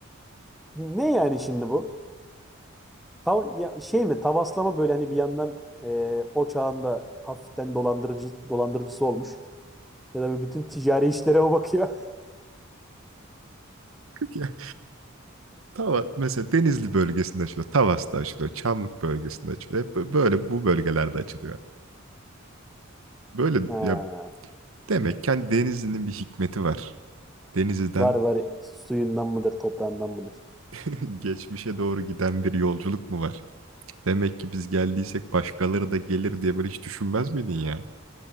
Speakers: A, in the centre; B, on the right.
A: ne yani şimdi bu? Tav ya şey mi tavaslama böyle hani bir yandan eee, o çağında hafiften dolandırıcı dolandırıcısı olmuş. Ya da bütün ticari işlere o bakıyor. <laughs>
B: Ya, Tava, mesela Denizli bölgesinde açılıyor. Tavas'ta açılıyor. Çamlık bölgesinde açılıyor. Hep böyle bu bölgelerde açılıyor. Böyle
A: Ha,
B: ya Demek ki hani, Denizli'nin bir hikmeti var. Denizli'den
A: var var suyundan mıdır toprağından mıdır?
B: <laughs> geçmişe doğru giden bir yolculuk mu var? Demek ki biz geldiysek başkaları da gelir diye böyle hiç düşünmez miydin ya?